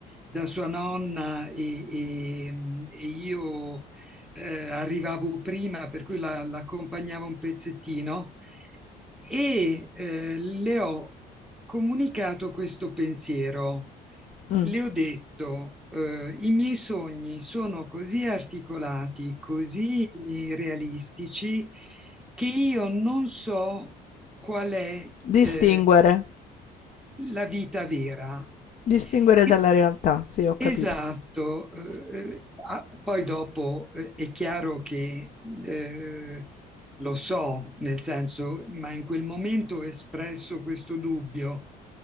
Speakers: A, in the centre; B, on the left (about 50°).
A: da sua nonna e, e- e io eh, arrivavo prima, per cui la, l'accompagnavo un pezzettino e eh, le ho comunicato questo pensiero.
B: mh.
A: Le ho detto, eh, i miei sogni sono così articolati, così eh, realistici, che io non so qual è
B: Distinguere,
A: eh, la vita vera.
B: distinguere
A: E
B: dalla realtà, sì, ho capito.
A: Esatto, eh, eh, ah, poi dopo eh, è chiaro che eh, lo so, nel senso, ma in quel momento ho espresso questo dubbio